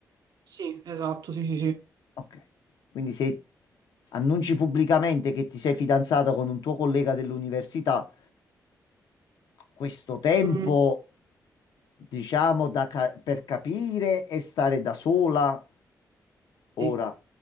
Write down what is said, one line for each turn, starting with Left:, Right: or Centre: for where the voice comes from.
Right: sì, esatto, sì, sì, sì.
Left: Ok. Quindi se annunci pubblicamente che ti sei fidanzato con un tuo collega dell'università, questo tempo,
Right: Mm,
Left: diciamo, da ca- per capire e stare da sola, ora,
Right: sì.